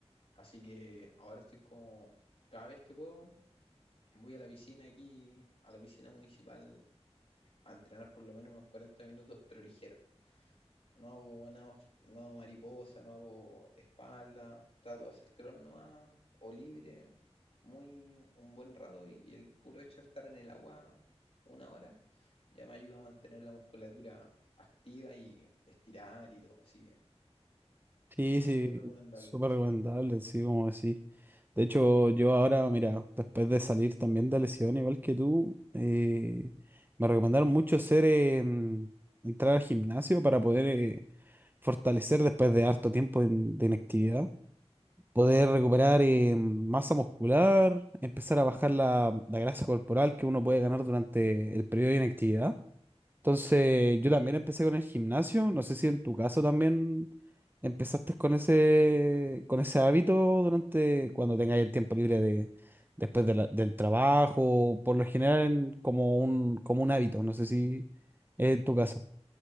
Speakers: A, on the left (about 60°); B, on the right (about 20°).
A: Así que ahora estoy como, cada vez que puedo, voy a la piscina aquí, a la piscina municipal, a entrenar por lo menos unos 40 minutos, pero ligero. No hago nada os- no hago mariposa, no hago espalda, trato de hacer crawl nomás, o libre, muy un buen rato y el puro hecho de estar en el agua una hora ya me ayuda a mantener la musculatura activa y estirar y todo, así que
B: Sí,
A: súper
B: sí,
A: recomendable.
B: súper recomendable, sí, como decís. De hecho, yo ahora, mira, después de salir también de lesión, igual que tú, eh, me recomendaron mucho hacer, eh, mm, entrar al gimnasio para poder eh, fortalecer después de harto tiempo in- de inactividad, poder recuperar eh, masa muscular, empezar a bajar la, la grasa corporal que uno puede ganar durante el periodo de inactividad. Entonces, yo también empecé con el gimnasio. No sé si en tu caso también empezaste con ese, con ese hábito durante cuando tengáis el tiempo libre de, después de la- del trabajo, por lo general en- como un, como un hábito. No sé si es en tu caso.